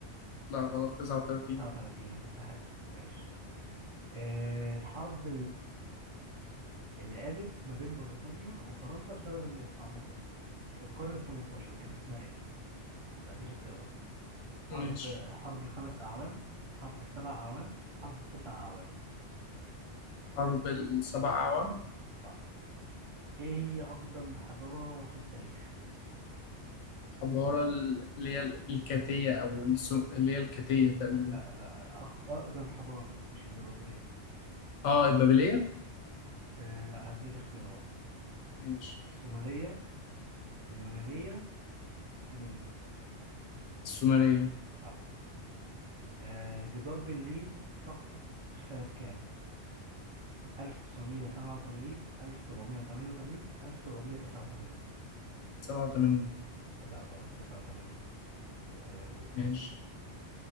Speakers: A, on the left (about 90°); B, on the right (about 40°).
A: لا غلط 39
B: تسعة وتلاتين أنا كنت حاسس ماشي آه، الحرب اللي قامت ما بين بريطانيا وفرنسا بسبب المستعمرات في القرن ال 18 كان اسمها ايه؟ هديك اختيارات حرب
A: ماشي
B: حرب الخمس أعوام حرب السبع أعوام حرب التسع أعوام
A: حرب السبع أعوام
B: صح ايه هي أقدم حضارة في التاريخ؟
A: حضارة ال- اللي هي الكاتية أو السو... اللي هي الكاتية تقريبا
B: لا لا أق- أقدم حضارة مش إمبراطورية
A: اه البابلية
B: آه لا هديك اختيارات
A: ماشي
B: السومرية اليونانية الصينية
A: السومرية
B: صح آه جدار برلين سقط في سنة كام؟ 1987 1788 1789
A: 87
B: لا غلط 89 آه دورة
A: ماشي